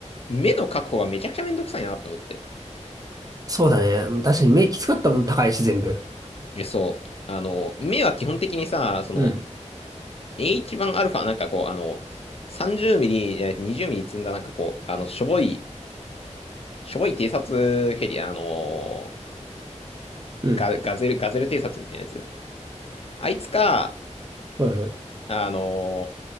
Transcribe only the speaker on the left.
目の確保がめちゃくちゃめんどくさいなって思って。
そう。あの、目は基本的にさ、その、
H1α、なんかこう、あの、30ミリじゃなくて20ミリ積んだ、なんかこう、あの、しょぼい、しょぼい偵察ヘリ、あのー
ガ、ガゼル、ガゼル偵察みたいなやつ。あいつか、
あの